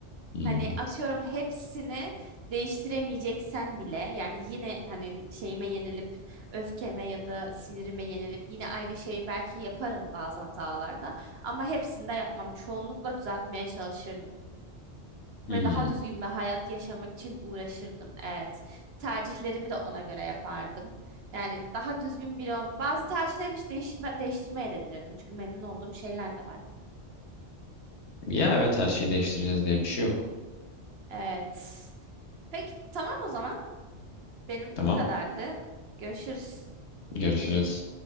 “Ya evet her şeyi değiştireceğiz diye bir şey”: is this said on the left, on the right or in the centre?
Left